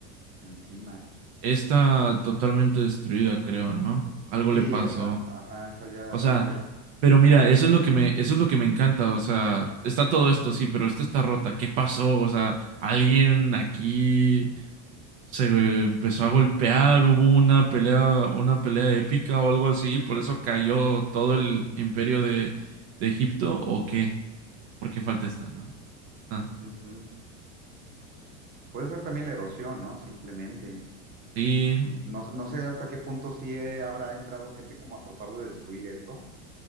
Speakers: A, on the right; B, on the right.
A: encima.
B: esta totalmente destruida, creo, ¿no? Algo
A: Sí,
B: le pasó.
A: esa, ajá, esa ya
B: O sea,
A: se le cayó.
B: pero mira, eso es lo que me, eso es lo que me encanta. O sea, está todo esto, sí, pero esta está rota. ¿Qué pasó? O sea, alguien aquí. se eh, empezó a golpear, hubo una pelea, una pelea épica o algo así, por eso cayó todo el imperio de, de Egipto, ¿o qué? ¿O ¿Por qué falta esta, no? Ah,
A: Ujú. Puede ser también la erosión, ¿no? Simplemente.
B: sí,
A: No, no sé hasta qué punto sí eh, habrá entrado gente como a tratar de destruir esto.